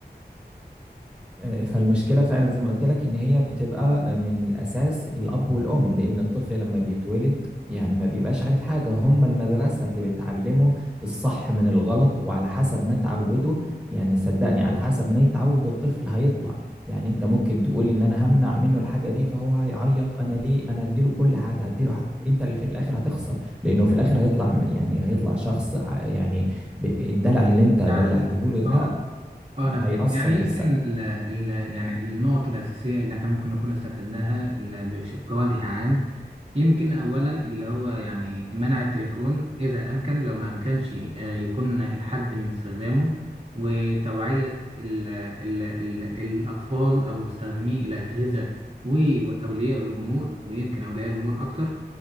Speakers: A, in the centre; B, on the right.
A: آه، فالمشكلة فعلا زي ما قلت لك إن هي بتبقى من الأساس الأب والأم لأن الطفل لما بيتولد يعني ما بيبقاش عارف حاجة هم المدرسة اللي بتعلمه الصح من الغلط وعلى حسب ما تعوده يعني صدقني على حسب ما يتعود الطفل هيطلع يعني أنت ممكن تقول إن أنا همنع منه الحاجة دي فهو هيعيط أنا ليه أنا هديله كل حاجة هديله حق. أنت اللي في الآخر هتخسر لأنه في الآخر هيطلع يعني هيطلع شخص ع- يعني ب- الدلع اللي أنت دلعته
B: يعني
A: له ده
B: اه اه
A: هيأثر
B: انا فهمت يعني
A: بالسلب
B: يمكن ال ال يعني النقط الاساسيه اللي احنا ممكن نكون استفدناها ال- بش- بوجه عام يمكن أولا اللي هو يعني منع التليفون إذا أمكن لو ما أمكنش آه، يكون الحد من استخدامه وتوعية ال ال ال الأطفال أو مستخدمي الأجهزة و- وأولياء الأمور ويمكن أولياء الأمور أكتر